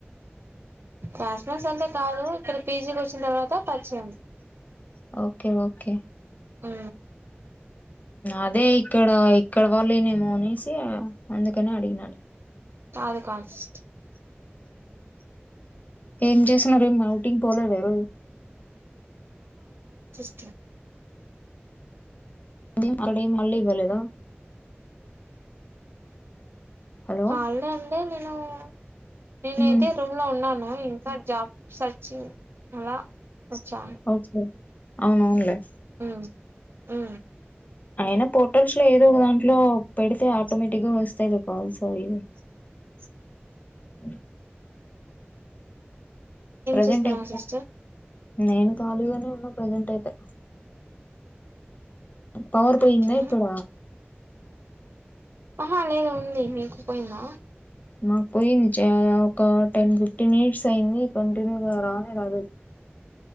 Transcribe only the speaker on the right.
పాస్ మార్స్ అంతా కాదు ఇక్కడ పీజీకి వచ్చిన తర్వాత పరిచయం
ఆ
కాదు కాస్ట్
న
అనే అండి నేను నేనైతే
రూమ్ లో ఉన్నాను ఇంకా జాబ్ సర్చింగ్ అలా వచ్చాను
ఉ ఊ
వ
చేస్తున్నావు
సిస్టర్
ఓకే
ఆహా లేదు ఉంది మీకు పోయిందా